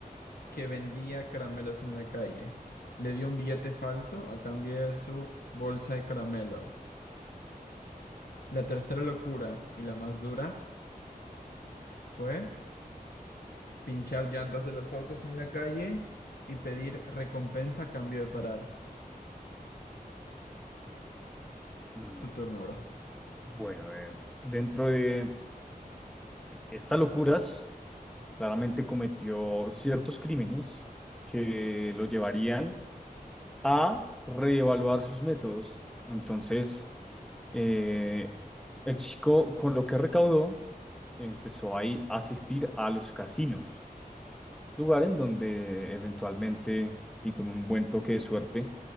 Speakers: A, on the left; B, in the centre.
A: que vendía caramelos en la calle. Le dio un billete falso a cambio de su bolsa de caramelos. La tercera locura y la más dura fue pinchar llantas de los autos en la calle y pedir recompensa a cambio de parar
B: Mm,
A: tu turno, bro.
B: bueno, eh, dentro de estas locuras, claramente cometió ciertos crímenes que lo llevarían a reevaluar sus métodos. Entonces, eh, el chico, con lo que recaudó, empezó ahí a asistir a los casinos, lugar en donde eventualmente, y con un buen toque de suerte,